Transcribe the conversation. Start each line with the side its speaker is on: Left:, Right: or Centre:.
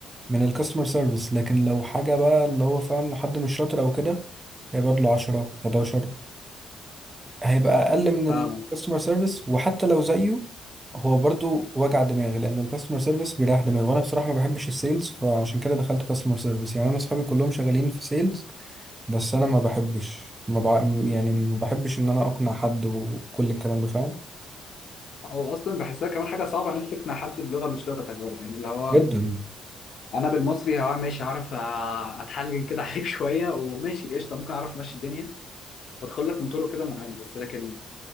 Right: من الكاستمر سيرفيس لكن لو حاجة بقى اللي هو فاهم لو حد مش شاطر أو كده هيبقى له 10 11 هيبقى اقل من الكاستمر
Left: فاهمه
Right: سيرفيس وحتى لو زيه هو برضو وجع دماغ لان الكاستمر سيرفيس بيريح دماغ وانا بصراحه ما بحبش السيلز فعشان كده دخلت كاستمر سيرفيس يعني انا اصحابي كلهم شغالين في سيلز بس انا ما بحبش ما بع... يعني ما بحبش ان انا اقنع حد وكل الكلام ده فاهم
Left: او اصلا بحسها كمان حاجه صعبه ان انت تقنع حد بلغه مش لغتك برضه يعني اللي هو
Right: جدا
Left: انا بالمصري اه ماشي عارف آه، اتحلجن كده <laughs> عليك شويه وماشي قشطه ممكن اعرف امشي الدنيا وادخل لك من طرق كده معينه بس لكن